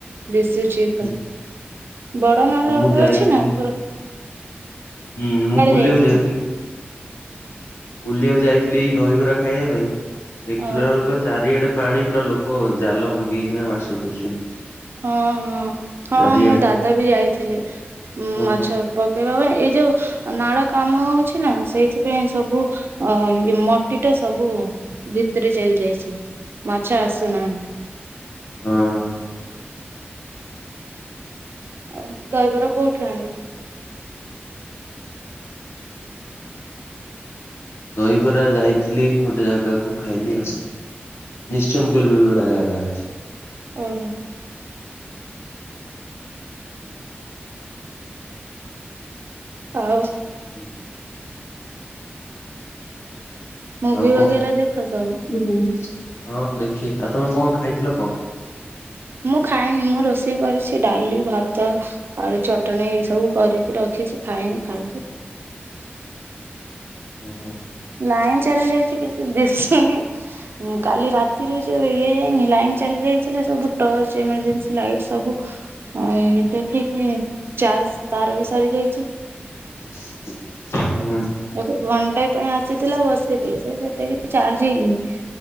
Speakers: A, on the right (about 65°); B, on the left (about 80°).
A: ଦିଶୁଛି ପରା
B: ହୁଁ,
A: ବଡ ନଳାଟେ
B: ଆଉ ମୁଁ ଯାଇଥିଲି
A: ଅଛି ନା ଉପର।
B: ହୁଁ ମୁଁ ବୁଲିବାକୁ
A: ଯାଇଥିଲେ
B: ଯାଇଥିଲି। ବୁଲିବାକୁ ଯାଇଥିଲି ଏଇ ଦହିବରା ଖାଇବା ପାଇଁ ଦେଖିଲାଳୁକୁ
A: ଓ
B: ପୁରା। ଚାରିଆଡେ ପାଣି ପୁରା ଲୋକ ଜାଲ ପକେଇକିନା ମାଛ ଧରୁଛନ୍ତି।
A: ହଁ ହଁ ହଁ
B: ଚାରିଆଡେ
A: ମୋ ଦାଦା ବି ଯାଇଥିଲେି
B: ହଁ
A: ମାଛ
B: ହଁ
A: ପ କେଇବା ପାଇଁ ଏଇ ଯୋଉ ନାଳ କାମ ହଉଛି ନା ସେଇଥିପାଇଁ ସବୁ। ଅଇ ମଟି ଟା ସବୁ ଭିତରେ ଚାଲି ଯାଇଛି ମାଛ ଆସୁନାହାନ୍ତି।
B: ହଁ।
A: ଅ ଦହି ବରା କୋଉଠୁ ଆଇଁଲୁ?
B: ଦହିବରା ଯାଇଥିଲି ଗୋଟେ ଜାଗାକୁ ଖାଇଲି ଆଉ। ନିଶ୍ଚନ୍ଦ ବୁଲ ବୁଲ ଗୋଟେ ଜାଗା ଅଛି।
A: ଓ ହୋ ଆଉ
B: ହୁଁ
A: ମୁଭି
B: ଆଉ
A: ବଗେରା
B: କଣ
A: ଦେଖ ସବୁ?
B: ହଁ ଦେଖି ଆଉ ତମେ କଣ ଖାଇଥିଲ କଁ?
A: ମୁଁ ଖାଏନି ମୁଁ ରୋଷେଇ କରିଛି ଡାଲି ଭାତ ଆଳୁ ଚଟଣି ଏଇ ସବୁ କରିକି ରଖିଛି ଖାଇନି ଖାଇବି।
B: ଓ ହୋ
A: ଲାଇନ୍ ଚାଲି ଯାଇଛି କିଛି ଦିଶୁନି। ଉଁ କାଲି ରାତିରୁ ଯୋଉ ଇଏ ହେଇନି ଲାଇନ ଚାଲି ଯାଇଥିଲା ସବୁ ଟର୍ଚ ଏମର୍ଜେନ୍ସି ଲାଇଟ ସବୁ ହଁ ଦେଖିକି ଚାର୍ଜ ତାର ବି ସରି ଯାଇଛି।
B: <inaudible> ଯାଇଥିଲି
A: ଉ ଘଣ୍ଟେ ପାଇଁ ଆସିଥିଲା ବସେଇଥିଲ ସେ ସେତେ କିଛି ଚାର୍ଜ ହେଇନି।